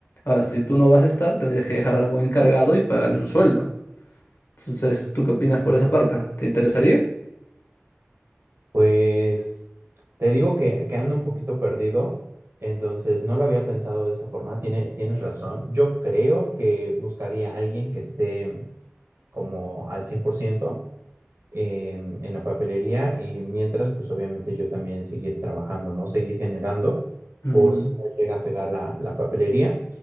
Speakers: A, on the left; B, on the right.
A: Ahora, si tú no vas a estar, tendrías que dejar algo encargado y pagarle un sueldo. Entonces, ¿tú qué opinas por esa parte? ¿Te interesaría?
B: Pues te digo que, que ando un poquito perdido, entonces no lo había pensado de esa forma, tiene, tienes razón. Yo creo que buscaría a alguien que esté como al 100%. em, en la papelería y mientras, pues obviamente yo también seguir trabajando, ¿no? Seguir generando
A: Mm,
B: por si no llega a pegar la, la papelería.